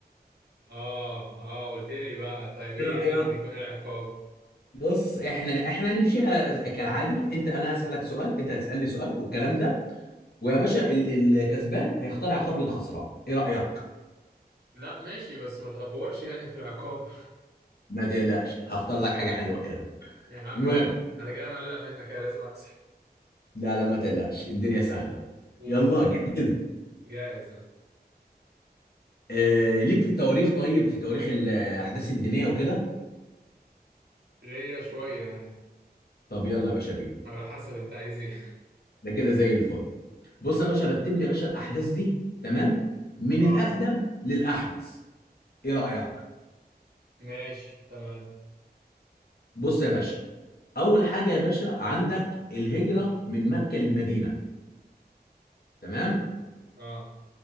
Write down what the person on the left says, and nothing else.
ايه رايك
بص احنا احنا هنمشيها ز- كالعادي انت انا هسالك سؤال انت هتسالني سؤال والكلام ده ويا باشا ال- الكسبان هيختار عقاب للخسران ايه رايك
ما تقلقش هختار لك حاجه حلوه كده
المهم
لا لا ما تقلقش الدنيا سهلة
يلا
جاهز
آه ليك في التواريخ طيب في تواريخ الأحداث الدينية وكده
طب يلا يا باشا بينا
ده كده زي الفل بص يا باشا رتب لي يا باشا الأحداث دي تمام
من
الأقدم للأحدث إيه رأيك
بص يا باشا أول حاجة يا باشا عندك الهجرة من مكة للمدينة تمام